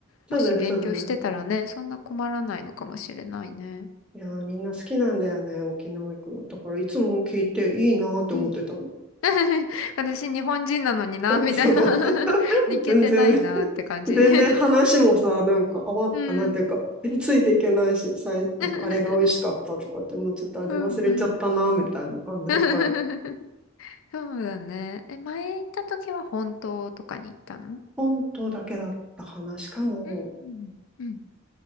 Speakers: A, in the centre; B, on the left.
A: そうだね、
B: もし勉強してたらね、
A: そうだね。
B: そんな困らないのかもしれないね。
A: いやー、みんな好きなんだよね、沖縄行くの。だからいつも聞いていいなーって思ってたの。
B: うん。<laughs> 私、日本人なのにな、
A: <laughs>
B: みたいな
A: そう。<laughs>
B: <laughs> いけてないなって感じ。
A: 全然全然話もさ、
B: <laughs>
A: なんか、あわ、
B: うん。
A: あ、なんていうか、<laughs> ついていけないし、さい、なんか、
B: <laughs>
A: あれが美味しかったとかって、もうちょっと味忘れちゃったな、
B: うんうん。
A: みたいな感じだから、
B: <laughs> そうだね。え、前行った時は本当とかに行ったの
A: 本当だけだったかな。しかも、
B: うんうん